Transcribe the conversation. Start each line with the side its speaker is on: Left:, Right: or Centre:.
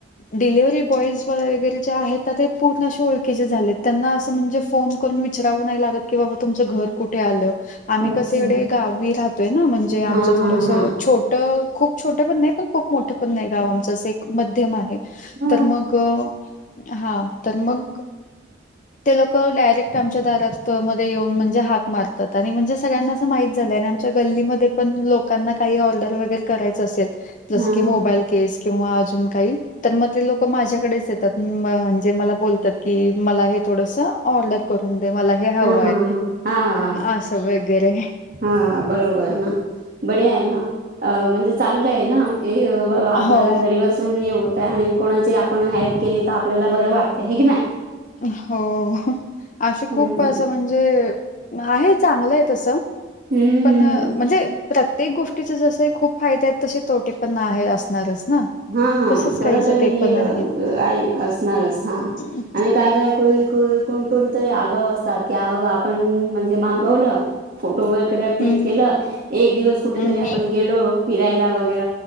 Left: डिलिव्हरी बॉईज वगैरे जे आहेता ते पूर्ण अशे ओळखीचे झालेत. त्यांना असं म्हणजे फोन करून विचारावं नाही लागत की बाबा तुमचं घर कुठे आलं? आम्ही
Right: अच्छा
Left: कसे इकडे गावी राहतोय ना म्हणजे
Right: हा
Left: आमचं थोडंसं
Right: हा हा
Left: छोट ट खूप छोटं पण नाही पण खूप मोठं पण नाही गाव आमचं असं एक मध्यम आहे.
Right: हा
Left: तर मग अ हा तर मग ते लोक डायरेक्ट आमच्या दारात मध्ये येऊन म्हणजे हाक मारतात आणि म्हणजे सगळ्यांना असं माहित झालंय आणि आम गल्ली मध्ये पण लोकांना काय ऑर्डर वैगेरे करायच असेल जसं
Right: हा हा
Left: की मोबाईल <unintelligible> केस किंवा अजून काही तर मग ते लोक माझ्याकडेच येतात म्ह म्हणजे मला बोलतात की मला हे थोडस ऑर्डर करून दे मला हे हवंय
Right: हा हा हा
Left: असं वगैरे
Right: हा बरोबर ना बढीया आहे ना अ म्हणजे चांगलं आहे ना की अ बाबा आपल्याला
Left: हो
Right: घरीबसून हे होतय आणि कोणाची आपण हेल्प केली तर आपल्याला बरं वाटतय हे की नाय
Left: हो अशे
Right: हम्म
Left: खूप असं म्हणजे आहे चांगलं आहे तसं
Right: हम्म
Left: पण
Right: हम्म
Left: म्हणजे प्रत्येक गोष्टीचे जसे खूप फायदे आहेत तसे तोटे पण आहे असणारच ना
Right: हा
Left: तसच
Right: थोडा
Left: काहीच
Right: तरी
Left: ते पण
Right: अं
Left: आहे.
Right: आई असणारच. हा
Left: हम्म
Right: आणि काय काय कोई कु कोण कोणतरी आगाव असतात की बाबा आपण म्हणजे मागवलं. फोटो वगैरे क्लिक
Left: हम्म
Right: केला एक दिवस कुठेतरी
Left: हम्म
Right: आपण गेलो. फिरायला वगैर,